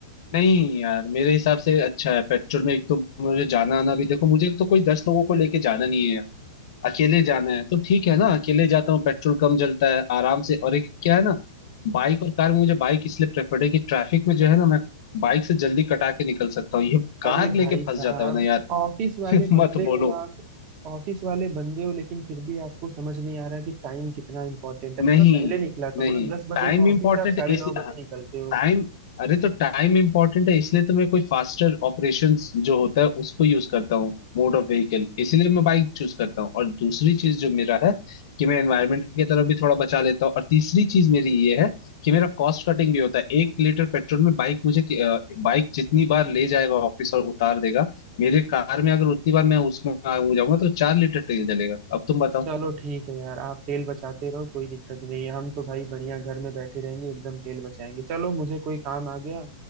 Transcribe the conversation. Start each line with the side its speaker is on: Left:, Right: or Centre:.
Left: नहीं यार मेरे हिसाब से अच्छा है पेट्रोल में एक तो मुझे जाना आना भी देखो मुझे तो कोई दस लोगों को लेके जाना नहीं है अकेले जाना है तो ठीक है ना अकेले जाता हूँ पेट्रोल कम जलता है आराम से और एक क्या है ना बाइक और कार में मुझे बाइक इसलिए प्रेफर्ड है कि ट्रैफिक में जो है ना मैं बाइक से जल्दी कटा के निकल सकता हूँ ये कार
Right: अरे भाई
Left: लेके
Right: साहब
Left: फंस जाता हूँ ना यार
Right: ऑफिस वाले
Left: <laughs> मत
Right: बंदे
Left: बोलो
Right: हो आप ऑफिस वाले बंदे हो लेकिन फिर भी आपको समझ नहीं आ रहा कि टाइम कितना इंपॉर्टेंट है
Left: नहीं
Right: थोड़ा पहले निकला करो
Left: नहीं
Right: ना दस बजे
Left: टाइम
Right: का
Left: इम्पोर्टेंट
Right: ऑफिस से आप साढ़े
Left: इस
Right: नौ बजे निकलते
Left: टाइम
Right: हो
Left: अरे तो टाइम इंपॉर्टेंट है इसलिए तो मैं कोई फास्टर ऑपरेशंस जो होता है उसको यूज करता हूँ मोड ऑफ व्हीकल इसीलिए मैं बाइक चूज करता हूँ और दूसरी चीज जो मेरा है कि मैं एनवायरनमेंट की तरफ भी थोड़ा बचा लेता हूँ और तीसरी चीज मेरी ये है कि मेरा कॉस्ट कटिंग भी होता है एक लीटर पेट्रोल में बाइक मुझे बाइक जितनी बार ले जाएगा ऑफिस और उतार देगा मेरे कार में अगर उतनी बार मैं उसमें आ जाऊंगा तो चार लीटर तेल जलेगा अब तुम बताओ
Right: चलो ठीक है यार आप तेल बचाते रहो कोई दिक्कत नहीं है हम तो भाई बढ़िया घर में बैठे रहेंगे एकदम तेल बचाएंगे चलो मुझे कोई काम आ गया